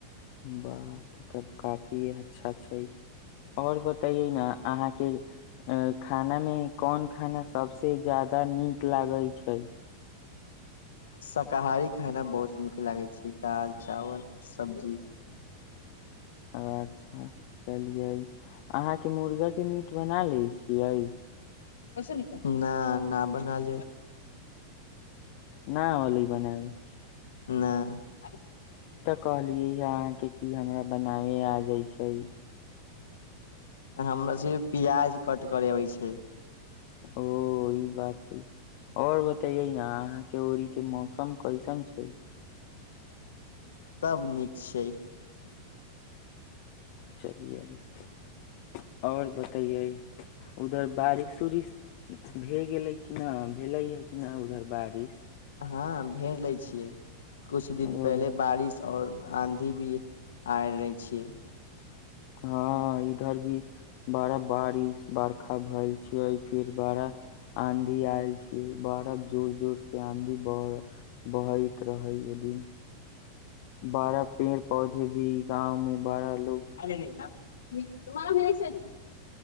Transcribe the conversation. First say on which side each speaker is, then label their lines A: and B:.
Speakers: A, on the left; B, on the left.
A: बाह तब काफी अच्छा छै आओर बतये ने अहाँके खाना मे कोन खाना सबस ज्यादा नीक लागै छै
B: शाकाहारी खाना बहुत नीक लागै छै दालि चावल सब्जी
A: अच्छा चलियै अहाँ मर्ग के मीट बना लै छियै
B: क न न न बनल
A: न ओलै बनब
B: नहि
A: कहलियै ह अहाँके कि हमरा बनाबै आ जाइ छै
B: हमरा सि प्याज कट करेबइ छै
A: ओ ई बात हइ और बतैये ने अहााँ के उड़ी के मौसम कैसन छै
B: सब नीक छै
A: चलिये ओर बतैये उधर बारिश उारिश भए गेलै किना भेलै ह किना उधर बारिश
B: हँ भेर लै छियै कुछ दिन
A: ओ
B: पहिले बारिश आओर आँधी भी आ रहे छियै
A: हँ इधर भी बड़ा बारिश बरखा भेलए छै फिर बारा आँधी आल बारा जोर जोर से आँधी ब बह रहै ओदिन बारह पेड़ पौधे भी गाँंव में बड़ा लो
B: अल नहि ह तरा भल